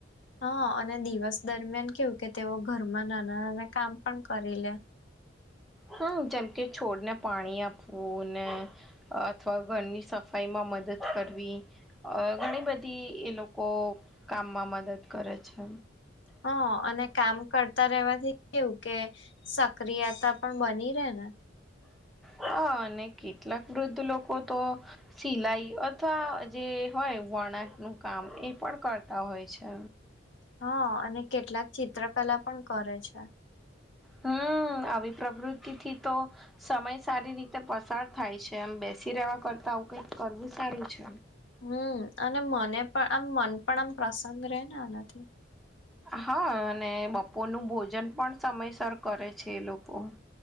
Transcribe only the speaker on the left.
હા અને દિવસ દરમિયાન કેવું કે તેઓ ઘરમાં ના ના નાના કામ પણ કરી લે
હ અને કામ કરતા રવાથી કેવું કે સક્રિયતા પણ બની રહે ને <inaudible>
હા અને કેટલાક ચિત્રકલા પણ કરે છે
હમ અને મને પણ આમ મન પણ આમ પ્રસન્ન રહે ને આનાથી